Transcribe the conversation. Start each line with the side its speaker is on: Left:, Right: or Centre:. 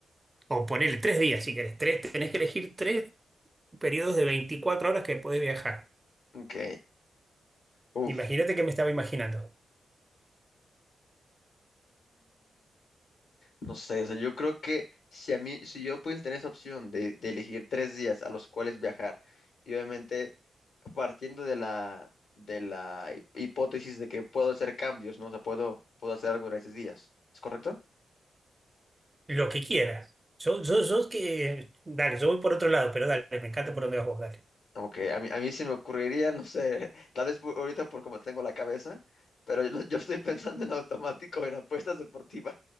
Right: o ponerle tres días si querés, tres, tenés que elegir tres periodos de 24 horas que podés viajar.
Left: ok, uff.
Right: Imagínate que me estaba imaginando.
Left: No sé, o sea, yo creo que si a mí, si yo pudiese tener esa opción de, de elegir tres días a los cuales viajar, y obviamente partiendo de la, de la hi- hipótesis de que puedo hacer cambios, ¿no? O sea, puedo, puedo hacer algo en esos días, ¿es correcto?
Right: Lo que quieras. Yo, yo, yo que. Dale, yo voy por otro lado, pero dale, me encanta por donde vas vos, dale.
Left: Como que a mí, a mí se me ocurriría, no sé, <laughs> tal vez por- ahorita por como tengo la cabeza, pero yo, yo estoy pensando en automático, en apuestas deportivas.